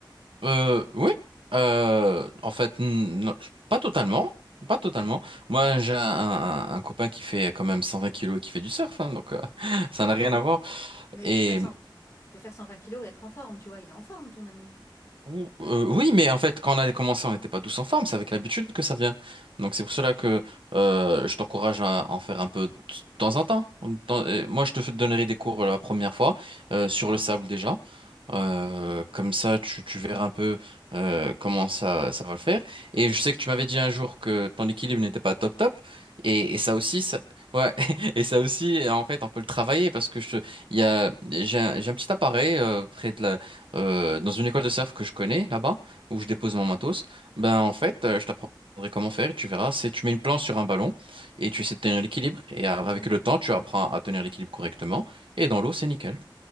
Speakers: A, on the right; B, on the left.
A: Euh,
B: Il faut...
A: oui, Euh, en fait, n- non, pas totalement. Pas totalement. Moi, j'ai un, un- un copain qui fait quand même 120 kilos et qui fait du surf, hein, donc euh, <laughs> ça n'a rien
B: Ouais, mais,
A: à voir.
B: mais
A: Et
B: il peut faire cent il peut faire 120 kilos et être en forme, tu vois, il est en forme, ton ami.
A: Ou- euh, oui, mais en fait, quand on a commencé, on n'était pas tous en forme. C'est avec l'habitude que ça vient. Donc c'est pour cela que euh, je t'encourage à en faire un peu de temps en temps. Dans- euh, moi, je te f- donnerai des cours euh, la première fois euh, sur le sable déjà.
B: Mhm.
A: Euh, comme ça, tu, tu verras un peu euh, comment ça, ça va le faire. Et je sais que tu m'avais dit un jour que ton équilibre n'était pas top top. Et,
B: Je suis nulle.
A: et ça aussi, ça, ouais. <laughs> Et ça aussi, en fait, on peut le travailler parce que je, il y a, j'ai un, j'ai un petit appareil euh, près de la euh, dans une école de surf que je connais là-bas, où je dépose
B: Mhm.
A: mon matos, ben en fait, euh, je t'apprendrai comment faire et tu verras. C'est tu mets une planche sur un ballon et tu essaies de tenir l'équilibre et euh, avec
B: Mhm.
A: le temps, tu apprends à tenir l'équilibre correctement et dans
B: Mhm.
A: l'eau, c'est nickel.